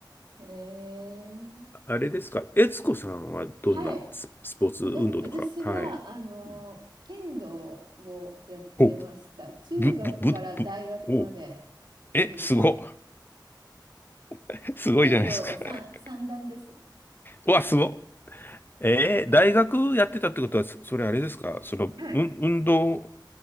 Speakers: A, on the right (about 75°); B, on the left (about 25°).
A: あ、えー、
B: <laughs> あれですか、悦子さんはどんなス、
A: はい。
B: スポーツ運動とか、
A: わた、私は、
B: はい。
A: あの、
B: うん
A: 剣道をやってました。
B: お、ぶ、
A: 中学から大学まで
B: ぶ、ぶ、ぶ、お、え、
A: ずっと。
B: すご、<laughs> すごいじゃないですか。
A: 剣道三、三段です。
B: <laughs> わ、すご。えー大学やってたってことは、そそれあれですか、その、
A: はい。
B: うん運動、